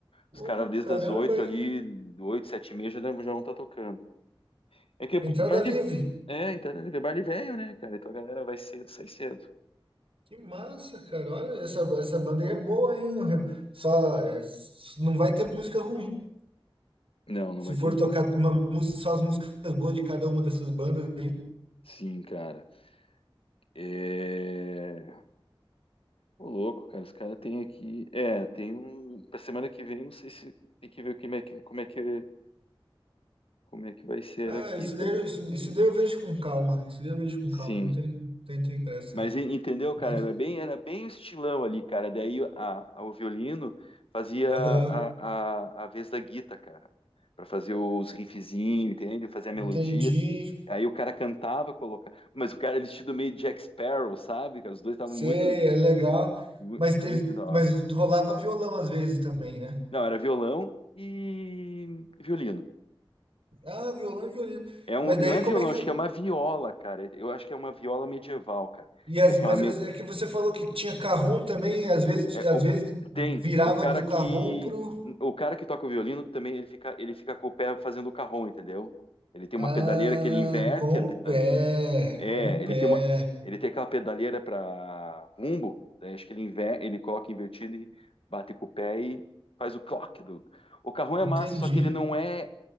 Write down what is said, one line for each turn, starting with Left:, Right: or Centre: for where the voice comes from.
Right: Ô,
Left: os caras desde
Right: caramba,
Left: as 8
Right: hein?
Left: ali, 8, 7 e meia já, já vão estar tocando. É que é bar
Right: Entrada livre.
Left: de... É, então, né, bar de velho, né, cara? Então a galera vai cedo, sai cedo.
Right: Que massa, cara. Olha, essa, essa banda aí é boa, hein? Só, é, s- não vai ter música ruim.
Left: Não, não
Right: Se
Left: vai
Right: for
Left: ter.
Right: tocar uma música, só as músicas boas de cada uma dessas bandas.
Left: Sim, cara. É. Ô, louco, cara. Os caras têm aqui. É, tem um. Pra semana que vem, não sei se tem que ver como é que, como é que, como é que vai ser
Right: Ah,
Left: aqui,
Right: isso
Left: cara.
Right: daí, eu- isso, isso daí eu vejo com calma. Isso daí eu vejo com
Left: Sim.
Right: calma. Não tem, tem, tem pressa,
Left: Mas
Right: não.
Left: en- entendeu,
Right: Mas,
Left: cara? Era bem, era bem o estilão ali, cara. Daí a, a- o violino fazia
Right: aham,
Left: a, a, a vez da guita, cara. Pra fazer os riffzinhos, entende? Fazer a melodia.
Right: entendi.
Left: Aí o cara cantava, colocava. Mas o cara vestido meio Jack Sparrow, sabe? cara? Os dois estavam
Right: Sei,
Left: muito,
Right: é legal.
Left: mu-
Right: Mas, te-
Left: muito da hora.
Right: mas rolava violão às vezes também, né?
Left: Não, era violão e violino.
Right: Ah, violão e violino.
Left: É um,
Right: Mas daí
Left: não é
Right: como
Left: violão,
Right: é que.
Left: acho que é uma viola, cara. Eu acho que é uma viola medieval, cara.
Right: E as,
Left: Que é aquela
Right: mas
Left: meio.
Right: as- é que você falou que tinha carrom também, às vezes,
Left: é,
Right: às
Left: o-
Right: vezes virava
Left: tem o cara
Right: do
Left: que
Right: carrom pro.
Left: o cara que toca o violino também ele fica ele fica com o pé fazendo o carrom, entendeu? Ele tem
Right: Ah,
Left: uma pedaleira que ele inverte
Right: com
Left: a, peda-
Right: o pé,
Left: É,
Right: com o pé.
Left: ele tem uma, ele tem aquela pedaleira para bumbo, daí acho que ele inver, ele coloca invertido e bate com o pé e faz o clock do. O carrão é
Right: Entendi.
Left: massa, só que ele não é